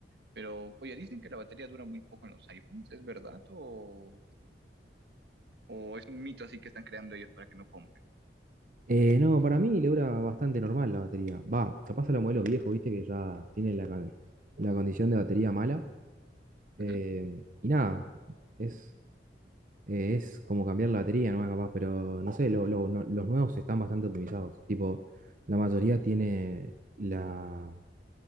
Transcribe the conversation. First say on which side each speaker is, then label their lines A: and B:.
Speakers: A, on the right (about 70°); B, on the right (about 50°).
A: Pero, oye, dicen que la batería dura muy poco en los iPhones, ¿es verdad? ¿O, o es un mito así que están creando ellos para que no compren?
B: Eh, no, para mí le dura bastante normal la batería. Va, capaz a los modelos viejos, viste, que ya tienen la, con- la condición de batería mala. Eh,
A: Ujú.
B: y nada, es, eh, es como cambiar la batería nomás capaz, pero no sé, lo- lo- no- los nuevos están bastante optimizados. Tipo, la mayoría tiene la,